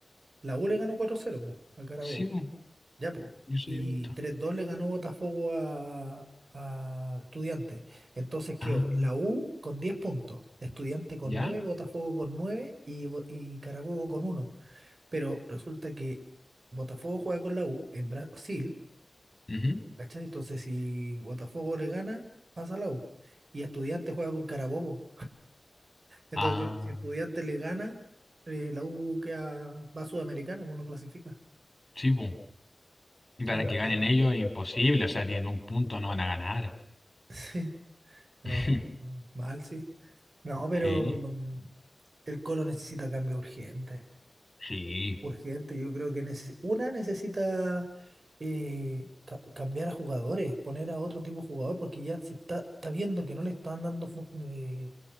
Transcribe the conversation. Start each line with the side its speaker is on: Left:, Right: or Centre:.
Right: La U le ganó cuatro cero po, a Carabobo.
Left: Sí, bu,
Right: Ya, po.
Left: yo sí
Right: Y
Left: he visto.
Right: tres dos le ganó Botafogo a, a Estudiantes. Entonces quedó
Left: Ah,
Right: la U con 10 puntos, Estudiante con
Left: ¿ya?
Right: nueve Botafogo con 9 y, Bo- y Carabobo con uno Pero resulta que Botafogo juega con la U en Brasil
Left: Ujú.
Right: ¿Cachai? Entonces, si Botafogo le gana, pasa la U. Y Estudiantes juega con Carabobo. Entonces,
Left: Ah,
Right: si si Estudiantes le gana, eh, la U queda, va a Sudamericana, pues no clasifica.
Left: sí, bu. Y para
Right: Es una
Left: que ganen
Right: lata.
Left: ellos es imposible, o sea, tienen un punto, no van a ganar.
Right: <laughs> Sí, no,
Left: <laughs>
Right: mal, sí. No, pero
Left: Sí,
Right: mm, el Colo necesita cambio urgente.
Left: sí.
Right: Urgente, yo creo que necesi- una necesita eh, ca- cambiar a jugadores, poner a otro tipo de jugador, porque ya si está, está viendo que no le están dando, fu- eh,